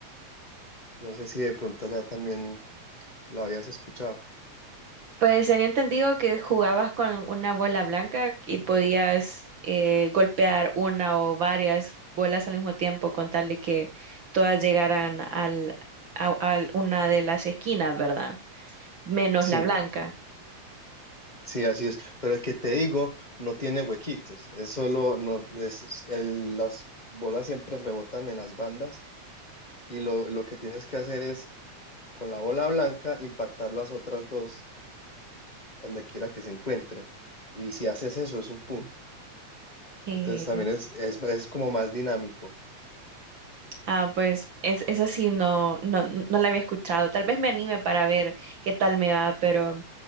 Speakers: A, on the left; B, on the right.
A: No sé si de pronto ya también lo habías escuchado.
B: Pues tenía entendido que jugabas con una bola blanca y podías eh, golpear una o varias bolas al mismo tiempo con tal de que todas llegaran al, a, a una de las esquinas, ¿verdad? Menos
A: Sí,
B: la blanca.
A: sí, así es. Pero el que te digo no tiene huequitos, es solo, no, es- el- las bolas siempre rebotan en las bandas y lo, lo que tienes que hacer es con la bola blanca impactar las otras dos donde quiera que se encuentren. Y si haces eso es un punto.
B: Eh,
A: Entonces también es, es, es como más dinámico.
B: ah, pues es, esa sí no, no, no la había escuchado. Tal vez me anime para ver qué tal me va, pero